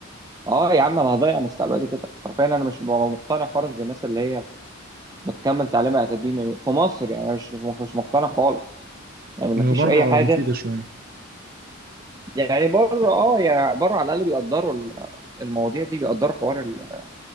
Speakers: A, on the right; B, on the right.
A: اه يا عم انا هضيع مستقبلي كده حرفيا انا مش ببقى مقتنع خالص بالناس اللي هي بتكمل تعليمها اكاديمي في مصر يعني أنا مش مش مقتنع خالص يعني مفيش
B: إنه بره
A: اي حاجة
B: مفيده شويه
A: يعني بره اه يعني بره على الاقل بيقدروا ال- المواضيع دي بيقدروا حوار ال-